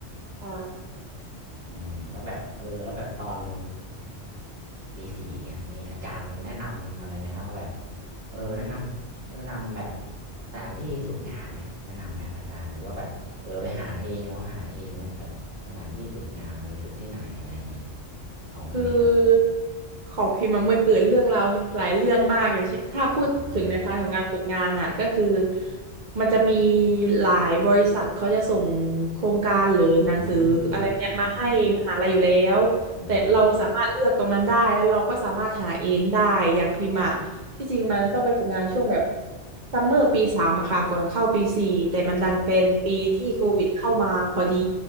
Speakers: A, on the right; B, on the right.
A: อ่า
B: มแล้วแบบเออแล้วแบบตอนปีสี่เงี้ยมีอาจารย์แนะนำอะไรไหมครับว่าแบบเออแนะนำแนะนำแบบสถานที่ฝึกงานไหมแนะนำไหมครับอาจารย์หรือว่าแบบเออไปหาเองแล้วหาเองไหมแบบสถานที่ฝึกงานเราไปฝึกที่ไหนอะไรอย่างเงี้ยของคุณพิมพ์
A: คือของพิมพ์มันเมื่อเกิดเรื่องราวหลายเรื่องมากอย่างเช่นถ้าพูดถึงในพาร์ทของการฝึกงานอ่ะก็คือ
B: อ่า
A: มันจะมีหลายบริษัทเขาจะส่งโครงการหรือหนังสืออะไรแบบเนี้ยมาให้มหาลัยอยู่แล้วแต่เราสามารถเลือกตรงนั้นได้แล้วเราก็สามารถหาเองได้อย่างพิมพ์อ่ะที่จริงมันต้องไปฝึกงานช่วงแบบ
B: อืมอืมอืมอืมอืม
A: ซัมเมอร์ปีสามอะค่ะก่อนเข้าปีสี่แต่มันดันเป็นปีที่โควิดเข้ามาพอดี
B: อ๋อ